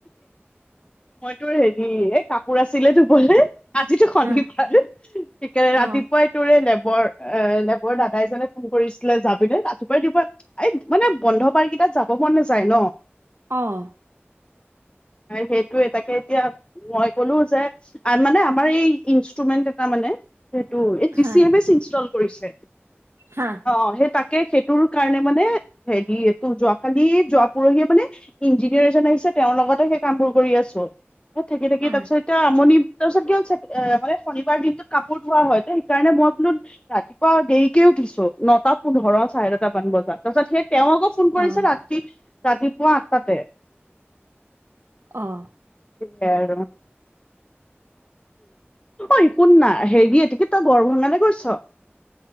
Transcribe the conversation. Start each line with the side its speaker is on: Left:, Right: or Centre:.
Left: মইতো হেৰি এ কাপোৰ আছিলে ধুবলে। আজিতো শনিবাৰ
Right: হা
Left: সেইকাৰণে ৰাতিপুৱাই
Right: অ
Left: তোৰে ন, বৰ এ এ ৰ দাদাই এজনে ফোন কৰিছিলে যাবিনে ৰাতিপুৱাই ৰাতিপুৱাই এইট। মানে, বন্ধ বাৰকেইটাত যাব মন নাযায় ন।
Right: অঁ,
Left: হয়। সেইটো- টোৱে, তাকে এতিয়া মই ক'লো যে মানে আমাৰ এই ইনষ্টুমেন্ট এটা মানে সেইটো এযিচি
Right: হা
Left: এমেচি ষ্টল কৰিছে।
Right: হা
Left: অহ, সেই তাকে সেইট তোৰ কাৰণে মানে, হেৰি এইটো যোৱ কালি, যোৱা পৰহি মানে ইঞ্জিনিয়াৰ এজন আহিছে, তেওঁৰ লগতে সেই কামবোৰ- কৰি আছো। থাকি, থাকি
Right: আহ
Left: তাৰ পিছত এতিয়া আমনি তাৰপিছত কি হল চেক এ ফালে শনিবাৰ দিনটোত কাপোৰ ধোৱা হয় দেই সেইকাৰণে মই বোলো ৰাতিপুৱা দেৰিকে উঠিছো। নটা পোন্ধৰ, চাৰে নটা মান বজাত। তাৰপিছত সে তেওঁ আকৌ ফোন কৰিছে,
Right: অ
Left: ৰাতি ৰাতিপুৱা আঠটাতে।
Right: অহ।
Left: সেয়াই আৰু, ঐ শুন না, হেৰি এটো কি তই গড় ভঙালে গৈছ?